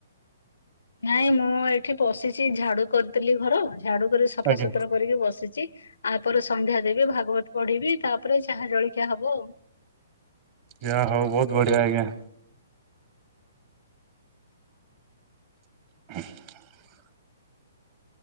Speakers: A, on the left; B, on the right.
A: ନାଇଁ ମୁଁ ଏଇଠି ବସିଚି। ଝାଡୁ କରୁଥିଲି ଘର, ଝାଡୁ କରି ସଫାସୁତୁରା
B: ଆଜ୍ଞା
A: କରିକି ବସିଚି। ଆପରେ ସନ୍ଧ୍ୟା ଦେବି ଭାଗବତ ପଢିବି ତାପରେ ଚାହା ଜଳଖିଆ ହବ ଆଉ।
B: ଯା ହଉ ବହୁତ୍ ବଢିଆ ଆଜ୍ଞା। <inaudible>